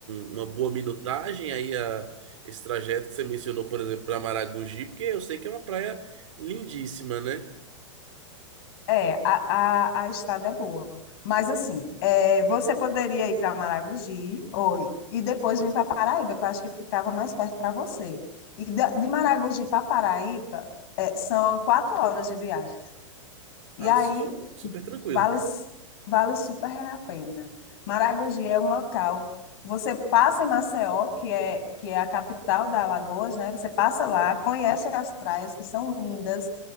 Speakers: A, on the right; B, on the left.
A: um- uma boa minutagem aí a, esse trajeto que você mencionou, por exemplo, para Maragogi, porque eu sei que é uma praia lindíssima, né?
B: É, a, a, a estrada é boa. Mas, assim, é, você poderia ir para Maragogi ou, e depois vir para Paraíba, que eu acho que ficava mais perto para você. E da- de Maragogi para Paraíba, é, são quatro horas de viagem. E
A: Ah,
B: aí
A: su- super tranquilo.
B: vale, vale super a pena. Maragogi é um local. Você passa em Maceió, que é, que é a capital da Alagoas, né? Você passa lá, conhece as praias que são lindas.